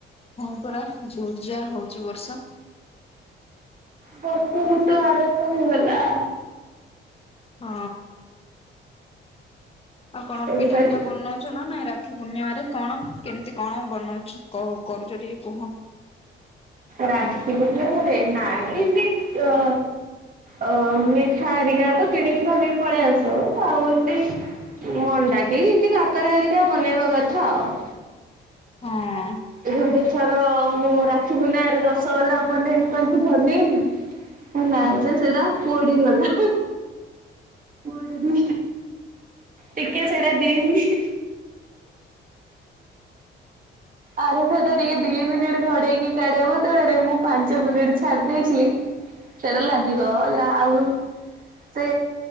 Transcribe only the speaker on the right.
ବର୍ଷ ଋତୁ ଆରମ୍ଭ ହେଇଗଲା।
ଏବେ
କାଲି
ରାକ୍ଷୀ ପୂଣ୍ଣିମାରେ ନାଇ ହେମିତି ଯ ଅ ମିଠା ହେରିକା ତ କିଣିକି ଧରିକି ପଳେଇ ଆଶୁ ଆଉ ଏମିତି ମଣ୍ଡା କି ଏମିତି କାକରା ହେରିକା ବନେଇବା କଥା ଆଉ।
ଏ ଗୋଟେ ଥର ମୁଁ ରାକ୍ଷୀ ପୂର୍ଣ୍ଣିମାରେ ରସଗୋଲା ପନେଇବି କହିକି ବନେଇଲି। ନାଇ
ଯେ ସେଟା ପୋଡିଗଲା। ପୋଡ଼ି ଦି ଟିକେ ସେଟା ଦେଇ ମି ଆରେ ସେଟା ଟିକେ ଦି ମିନିଟ ଘଡେଇକି କାଢିବା ବଦଳରେ ମୁଁ ପାଞ୍ଚ ମିନିଟ୍ ଛାଡି ଦେଇେଇଥିଲି। ସେଇଟା ଲାଗିଗଲା ଆଉ ସେ